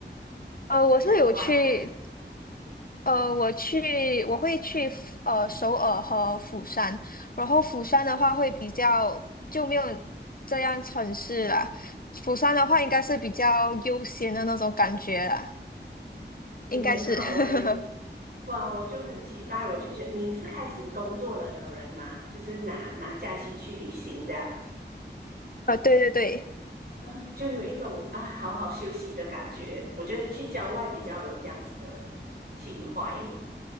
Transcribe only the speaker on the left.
呃，我是有去，
呃，我去，我会去釜呃首尔和釜山，然后釜山的话会比较就没有这样城市啦，釜山的话应该是比较悠闲的那种感觉啦，
应该是，
<laughs>
呃，对对对。